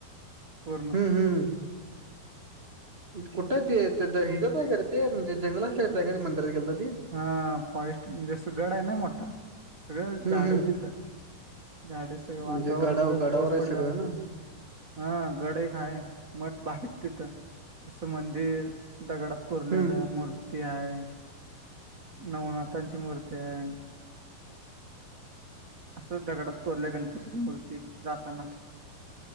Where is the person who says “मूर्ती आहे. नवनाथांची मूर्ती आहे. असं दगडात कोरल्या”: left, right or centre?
Right